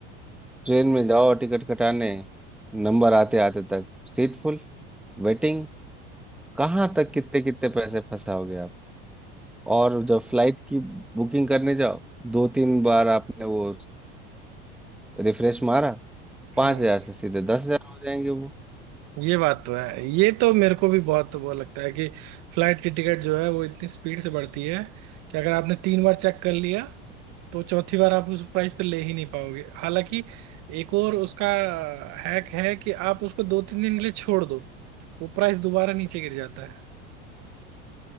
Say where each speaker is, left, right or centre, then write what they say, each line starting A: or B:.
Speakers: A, in the centre; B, on the right (about 60°).
A: ट्रेन में जाओ टिकट कटाने नंबर आते आते तक सीट फुल वेटिंग कहाँ तक कितने कितने पैसे फंसाओगे आप और जब फ्लाइट की बुकिंग करने जाओ दो तीन बार आपने वो रिफ्रेश मारा पाँच
B: हम्म
A: हजार से सीधे दस हजार हो जाएंगे वो
B: ये बात तो है ये तो मेरे को भी बहुत वो लगता है कि फ्लाइट की टिकट जो है वो इतनी स्पीड से बढ़ती है कि अगर आपने तीन बार चेक कर लिया तो चौथी बार आप उस प्राइस पे ले ही नहीं पाओगे हालांकि एक और उसका हैक है कि आप उसको दो तीन दिन के लिए छोड़ दो वो प्राइस दोबारा नीचे गिर जाता है